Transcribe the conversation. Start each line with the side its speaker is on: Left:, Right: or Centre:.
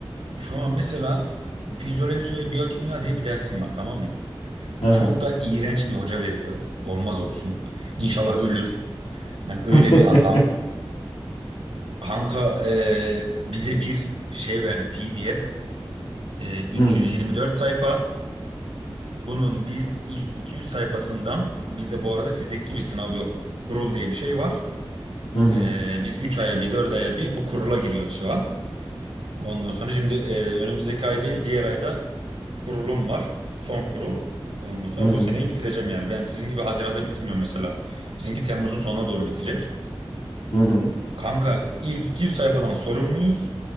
Right: Şu an mesela fizyoloji ve biyokimya diye bir dersim var tamam mı?
Left: Aha.
Right: Çok da iğrenç bir hoca veriyor. Olmaz olsun. İnşallah ölür. Yani öyle
Left: <laughs>
Right: bir adam. Kanka e, bize bir şey verdi PDF. E, 324
Left: Hı hı.
Right: sayfa. Bunun biz ilk 200 sayfasından bizde bu arada sizdeki gibi sınav yok. Kurul diye bir şey var.
Left: Hı hı.
Right: E, biz 3 aya bir 4 aya bir bu kurula giriyoruz şu an. Ondan sonra şimdi e, önümüzdeki ay değil diğer ayda kurulum var. Son kurul. Ondan sonra
Left: Hı hı.
Right: bu seneyi bitireceğim yani. Ben sizin gibi Haziran'da bitirmiyorum mesela. Bizimki Temmuz'un sonuna doğru bitecek.
Left: Hı hı.
Right: Kanka ilk 200 sayfadan sorumluyuz.